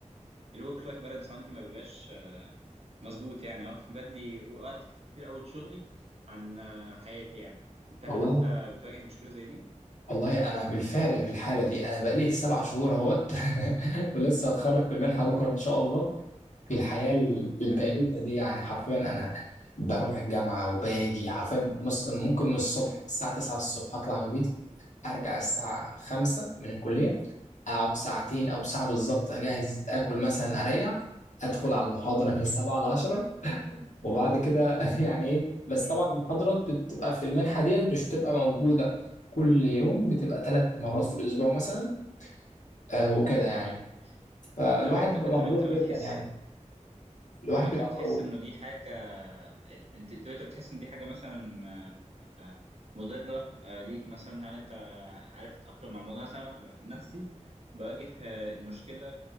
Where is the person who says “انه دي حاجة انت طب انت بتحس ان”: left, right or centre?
Right